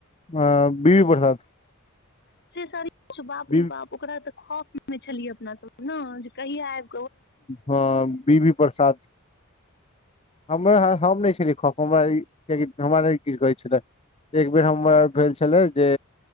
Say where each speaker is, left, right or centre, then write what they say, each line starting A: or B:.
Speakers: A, on the left; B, on the left.
A: आ बीवी प्रसाद
B: से सरी बापरी
A: बी
B: बाप ओकरा त खौफ मे छलियै अपना सब ने जे कहिया आयब
A: हँ बीबी प्रसाद हम हम नहि छललिए हमरा नहि की कहै छलै एकबर हमर भेल छलै जे